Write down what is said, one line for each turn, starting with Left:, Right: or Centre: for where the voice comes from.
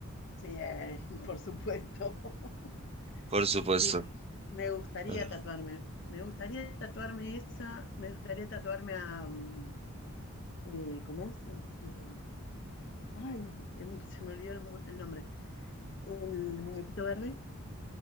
Left: Sí, eh, <laughs> por supuesto. <laughs>
Right: Por supuesto.
Left: Sí, me gustaría
Right: Ah,
Left: tatuarme. Me gustaría tatuarme esa, me gustaría tatuarme a... mm, eh, ¿cómo es? Este, ay, em, se me olvidó el, mu- el nombre. El muñequito verde